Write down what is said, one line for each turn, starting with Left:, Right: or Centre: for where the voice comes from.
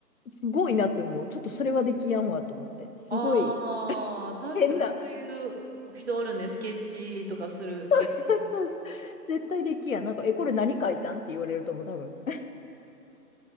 Left: すごいなって思う。ちょっとそれはできやんわと思って。すごい
Right: ああ、確かにそういう人おるね。
Left: 変な、
Right: スケッチとかする系の人な。
Left: そうそうそう。絶対できやん。なんか、え、これ何書いたんって言われると思う、多分。<laughs>